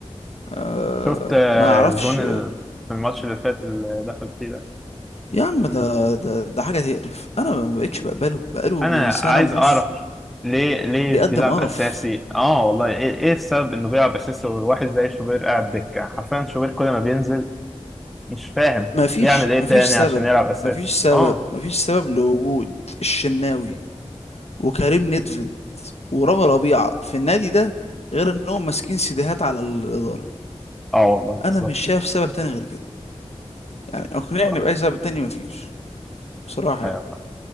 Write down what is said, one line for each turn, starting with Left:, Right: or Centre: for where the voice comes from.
Left: آه
Centre: شفت آه،
Left: ما اعرفش
Centre: الجون ال- في الماتش اللي فات اللي دخل فيه ده
Left: يا عم ده ده ده حاجه تقرف انا ما بقتش بقبله بقاله
Centre: انا
Left: سنه
Centre: عايز
Left: ونص
Centre: اعرف ليه ليه
Left: بيقدم
Centre: بيلعب
Left: قرف
Centre: اساسي اه والله ايه إيه السبب انه بيلعب اساسي وواحد زي شوبير قاعد دكة حرفيا شوبير كل ما بينزل مش فاهم
Left: ما فيش
Centre: يعمل ايه
Left: ما
Centre: تاني
Left: فيش سبب
Centre: عشان يلعب اساسي
Left: ما فيش سبب
Centre: اه
Left: ما فيش سبب لوجود الشناوي وكريم نيدفيد ورامي ربيعه في النادي ده غير انهم ماسكين سيديهات على الاداره
Centre: اه والله بالظبط
Left: انا مش شايف سبب تاني غير كده يعني اقنعني
Centre: صح
Left: بأي سبب تاني مفيش بصراحة
Centre: ايوه
Left: يعني
Centre: فاهم